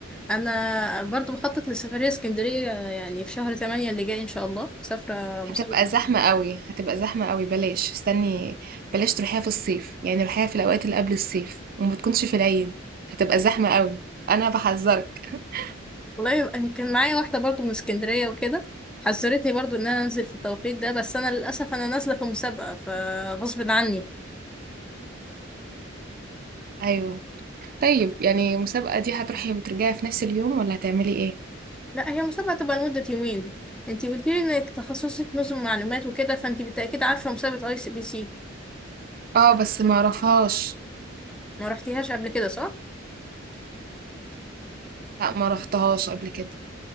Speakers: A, in the centre; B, on the right.
A: انا برضو بخطط لسفرية اسكندرية يعني في شهر 8 اللي جاي ان شاء الله مسافرة
B: <laughs>
A: مسابقة
B: هتبقى زحمة قوي هتبقى زحمة قوي بلاش استني بلاش تروحيها في الصيف يعني روحيها في الأوقات اللي قبل الصيف وما تكونش في العيد هتبقى زحمة قوي أنا بحذرك <laughs>
A: والله كان معايا واحدة برضو من اسكندرية وكده حذرتني برضو ان انا انزل في التوقيت ده بس انا للأسف انا نازلة في مسابقة فغصب عني
B: أيوة طيب يعني المسابقة دي هتروحي وترجعي في نفس اليوم ولا هتعملي إيه؟
A: لا هي مسابقة تبقى لمدة يومين انتي قلتي لي انك تخصصك نظم معلومات وكده فانتي بالتأكيد عارفة مسابقة اي سي بي سي
B: اه بس ما رفهاش
A: ما رحتيهاش قبل كده صح؟
B: لا ما رحتهاش قبل كده